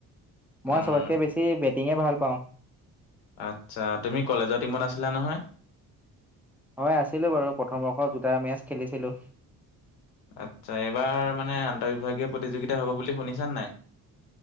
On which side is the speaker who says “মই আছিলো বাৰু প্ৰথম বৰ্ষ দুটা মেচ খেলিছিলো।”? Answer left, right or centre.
Centre